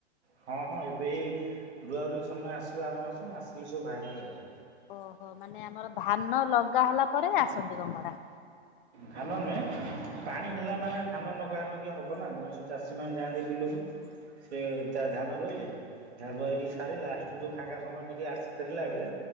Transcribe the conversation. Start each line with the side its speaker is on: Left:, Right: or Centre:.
Right: ହଁ ହଁ ଏବେ ରୁଆରୁଇ ସମୟ ଆସିବ ଆର ମାସ ଆସିଲେ ସବୁ ବାହାରିବେ ଆଉ
Left: ଓହୋ ମାନେ ଆମର ଧାନ ଲଗା ହେଲା ପରେ ଆସନ୍ତି କଙ୍ଗଡ଼ା।
Right: ଧାନ ନୁହେଁ ପାଣି ହେଲା ମାନେ ଧାନ ନଗାଗି ହବ ନା ଜଣେ ସବୁ ଚାଷୀ ମାନେ ଯାଆନ୍ତି ବିଲକୁ। ସେ ତା ଧାମ ରହିଲ ରି ସାରିା ଫାଙ୍କା ସମୟ ଟିକେ ଆସି ଫେରିଲା ବେଳେ